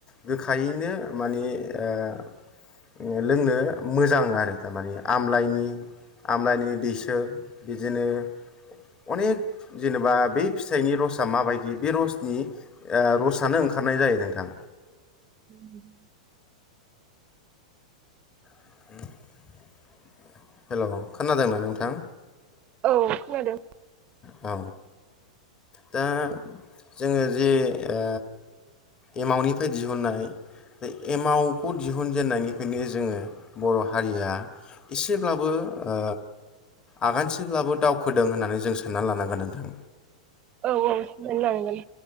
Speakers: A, on the left; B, on the right.
A: गोखायैनो माने ओ लोंनो मोजां आरो थारमाने आमलाइनि आमलानि दैसोब बिदिनो अनेक जेनेबा बे फिथाइनि रसा माबायदि बे रसनि ओ रसनो ओंखारनाय जायो नोंथां।
B: ओम
A: <inaudible> हेलौ खोनादोंना नोंथां।
B: औ खोनादों।
A: औ। दा जोङो जे ओ एमावनिफ्राय दिहुननाय बे एमावखौ दिहुनजेननायनिफ्रायनो जोङो बर' हारिया एसेब्लाबो ओ आगानसेब्लाबो दावखोदों होननानै जों सानना लानांगोन नोंथां।
B: औ-औ सनानैलांगोन।